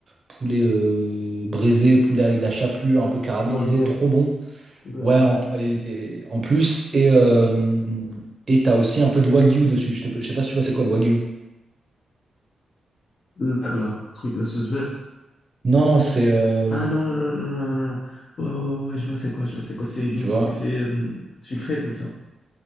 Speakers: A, on the right (about 35°); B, on the left (about 50°).
A: poulet euh, braisé, poulet avec de la chapelure un peu caramélisée,
B: mariné,
A: trop bon.
B: brésil,
A: Ouais, en, et- et- en plus. Et euh,
B: ok.
A: et t'as aussi un peu de wagyu dessus. Je, t'ai- je sais pas si tu vois c'est quoi le wagyu.
B: Le vert, là, le truc, la sauce verte.
A: Non, non, c'est. euh,
B: Ah non, non, non, non, non, non. non. Ouais, ouais, ouais, ouais, je vois c'est quoi, je vois c'est quoi. C'est une,
A: tu vois?
B: c'est euh, sucré comme ça.